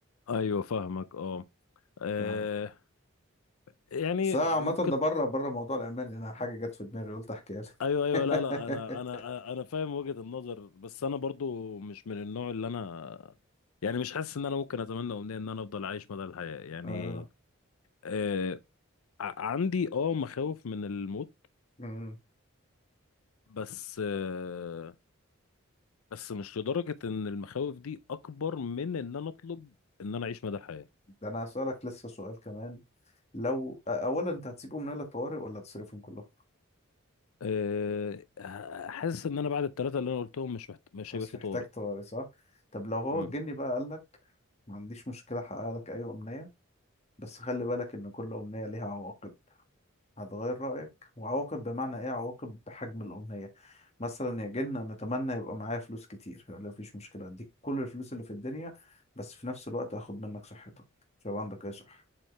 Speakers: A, on the left; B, on the left.
A: ايوه فاهمك اه آه،
B: آه.
A: يعني
B: بس أنا عامة
A: ممكن
B: ده بره بره موضوع الألماني أنا حاجة جت في دماغي قلت أحكيها لك
A: ايوه ايوه
B: <laughs>
A: لا لا انا انا انا فاهم وجهة النظر بس انا برضو مش من النوع اللي انا يعني مش حاسس ان انا ممكن اتمنى امنية ان انا افضل عايش مدى الحياة يعني
B: آه
A: آه ع- عندي اه مخاوف من الموت
B: أمم.
A: بس آه بس مش لدرجة ان المخاوف دي اكبر من ان انا اطلب ان انا اعيش مدى الحياة
B: ده أنا هسألك لسه سؤال كمان لو أ- أولا أنت هتسيبهم نايل الطوارئ ولا تصرفهم كلهم؟
A: آه ح- حاسس ان انا بعد الثلاثة اللي انا قلتهم مش محت... مش
B: مش
A: هيبقى في
B: محتاج
A: طوارئ
B: طوارئ صح؟ طب لو هو
A: مم.
B: الجني بقى قال لك ما عنديش مشكلة أحقق لك أي أمنية بس خلي بالك إن كل أمنية ليها عواقب هتغير رأيك وعواقب بمعنى ايه عواقب بحجم الأمنية مثلا يا جن أنا أتمنى يبقى معايا فلوس كتير يقول لي مفيش مشكلة أديك كل الفلوس اللي في الدنيا بس في نفس الوقت هاخد منك صحتك مش هيبقى عندك أي صحة